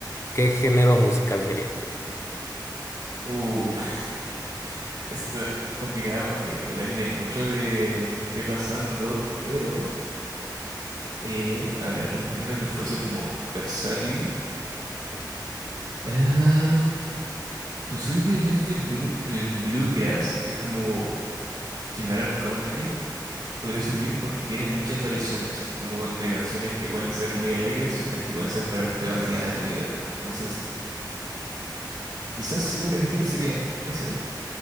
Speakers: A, on the left; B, on the right.
A: ¿qué género musical sería?
B: Uh, <laughs> está complicada porque depende mucho de lo que esté pasando, pero Eh, a ver, algún género que fuese como versátil. Ah, posiblemente el, blu- el bluegrass, que es como similar al country, podría servir porque tiene muchas variaciones, como entre canciones que pueden ser muy alegres y otras que pueden ser para el peor día de tu vida. Entonces, quizás si pudiera elegir sería ese,